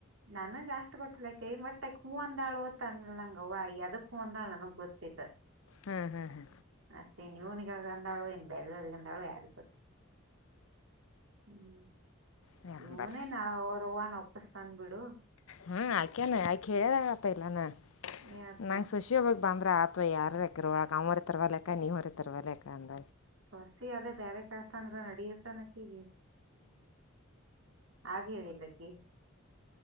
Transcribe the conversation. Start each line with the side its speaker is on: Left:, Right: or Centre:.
Right: ನನಗೆ ಅಷ್ಟು ಗೊತ್ತಲಕೈ ಬಟ್ಟ ಹೂ ಅಂತ ಒಂದಾಳುವ ತಂದ ನಂಗವ ಎದುಕ್ ಹ್ಮ ಅಂದಾಳು ನನಗ್ ಗೊತ್ತಿಲ್ಲ
Left: ಹ್ಞೂ ಹ್ಞೂ ಹ್ಞೂ
Right: ಅಷ್ಟೇ ನೀವನಿಗ ಅಂದಾಳುವ ಎ ಬೇರೆದವ್ರರಿಗಂದಳು ಯಾರ ಗೊತ್ತು ಹ್ಮ್
Left: ಹ
Right: ಇವನೇನ್
Left: ಬರ್ರ
Right: ಅವ್ರವ್ವನ್ ಒಪ್ಪಸ್ತಾನ್ ಬಿಡು
Left: ಹ್ಮ್ ಆಯಕ್ಯನು ಆಕೆ ಹೇಳ್ಯದಾರಪ್ಪ ಇಲ್ಲಾನ
Right: ಏನತ್ತ
Left: ನಂಗ್ ಸುಶ್ಯೋವಗ್ ಬಂದ್ರ ಆತ್ವಾ ಯಾರಕ್ಕಿರ <unintelligible> ತಿರ್ವ ಲೆಕ್ಕ ನೀವರಿ ತಿರ್ವ ಲೆಕ್ಕ ಅಂದ.
Right: ಸೊಸಿ ಅದೇ ಬ್ಯಾರೆ ಕ್ಯಸ್ಟ್ ಅಂದ್ರ ನಡಿಯು ತಾನ್ ಆಕಿಗೆ. ಅಗ್ ಹೇಳಿಲ್ಲಕಿ